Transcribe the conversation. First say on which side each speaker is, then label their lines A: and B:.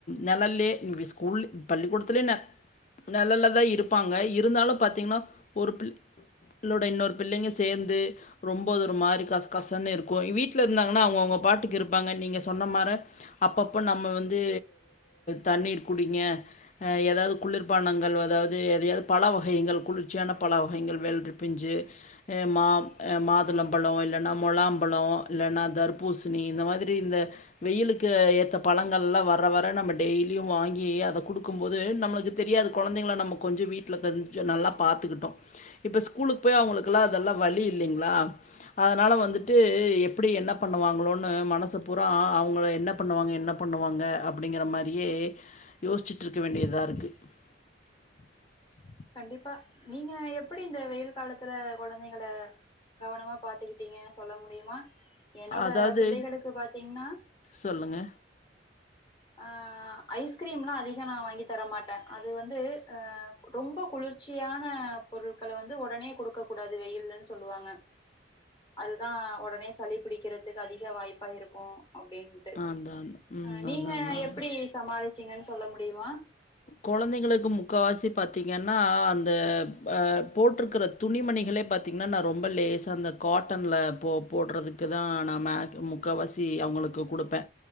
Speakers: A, on the left; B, on the left.
A: நெலல்யே இப்டி ஸ்கூல்யே பள்ளிக்கூடத்துலயே நெ நெலல்லதா இருப்பாங்க இருந்தாலு பாத்தீங்கன்னா ஒரு பிள் ளோட இன்னொரு பிள்ளைங்க சேந்து ரொம் போது ஒரு மாரி கச கசனு இருக்கோ வீட்ல இருந்தாங்கன்னா அவுங்கவுங்க பாட்டுக்கு இருப்பாங்க நீங்க சொன்ன மாரி அப்ப அப்போ நம்ம வந்து தண்ணீர் குடிங்க ஏதாவது குளிர்பானங்கள் அதாவது எதாயவது பழ வகைகள் குளிர்ச்சியான பழ வகைகள் வெள்ரி பிஞ்சு எ மா எ மாது ளம்பழம் இல்லன்னா மொளாம்பழம் இல்லன்னா தர்பூசுணி இந்த மாதிரி இந்த வெயிலுக்கு ஏத் த பழங்கள்லா வர வர நம்ம டெய்லியும் வாங்கி அத குடுக்கும் போது நம்முளுக்கு தெரியாது கொழந்தைங்கள நம்ப கொ ஞ்ச வீட்ல கொஞ்ச நல்லா பாத்துக்கிட்டோ இப்போ ஸ்கூலுக்கு போய் அவுங்குளுக்குலா அதெல்லா வழி இல்லைங்களா அதனால வந்துட்டு எப்புடி என்ன பண்ணுவாங்களோனு மனசு பூறா அவுங்கள என்ன பண்ணுவாங்க என் ன பண்ணுவாங்க அப்புடிங்கற மாரியே யோசிச்சுட்டுருக்க வேண்டியதா இருக்கு <unintelligible>
B: கண்டிப்பா நீங்க எப்புடி இந்த வெயில் காலத்துல கொழந்தைங்கல கவனமா பாத்துக்கிட்டீங்க சொல்ல முடியுமா என்னோட
A: அதாவது
B: பிள்ளைகளுக்கு பாத்தீங்கன்னா
A: சொல்லுங்க
B: ஆ ஐஸ்கிரீம்லா அதிகோ நா வாங்கி தர மாட்டே அது வந்து ஆ ரொம்ப குளிர்ச்சியான பொருட்கள வந்து உடனே குடுக்க கூடாது வெயிலனு சொல்லுவாங்க அதுதா ஒடனே சளி பிடிக்கிறதுக்கு அதிக வாய்ப்பா இருக்கோ அப்டீன்ட்டு
A: அதான் அதான் ம்
B: அ நீங்க
A: அதான் அதான் அதான்
B: எப்பிடி சமாளிச்சீங்கனு சொல்ல முடியுமா
A: கொழந்தைங்களுக்கு முக்கவாசி பார்த்தீங்கன்னா அந்த அ போட்ருக்குற துணிமணிகள் இதுவே பாத்தீங்கன்னா நா ரொம்ப லேசா அந்த காட்டன்ல போ போடுறதுக்கு தா நா மேகி முக்காவாசி அவுங்குளுக்கு குடுப்ப